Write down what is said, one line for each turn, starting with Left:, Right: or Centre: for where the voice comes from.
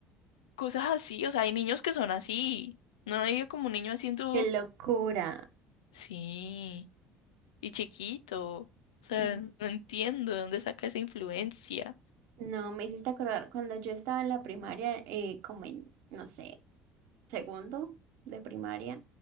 Left: cosas así, o sea, hay niños que son así, no hay como un niño así en tu...
Right: Qué locura.
Left: Sí, y chiquito, o sea,
Right: Mm,
Left: no entiendo de dónde saca esa influencia,
Right: No, me hiciste acordar cuando yo estaba en la primaria, eh, como en, no sé. segundo de primaria,